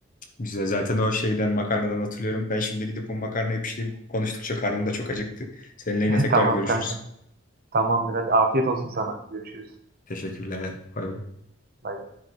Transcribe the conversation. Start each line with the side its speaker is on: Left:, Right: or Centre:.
Left: güzel zaten o şeyden makarnadan hatırlıyorum. Ben şimdi gidip o makarnayı pişireyim. Konuştukça karnım da çok acıktı. Seninle yine
Right: <laughs>
Left: tekrar
Right: Tamam
Left: görüşürüz.
Right: kanka. Tamamdır hadi afiyet olsun sana. Görüşürüz.
Left: Teşekkürler. Bay bay.
Right: Bay bay.